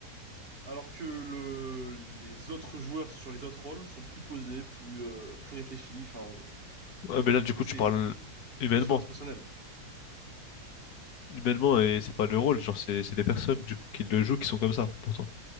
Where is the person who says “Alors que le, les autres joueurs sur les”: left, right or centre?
Right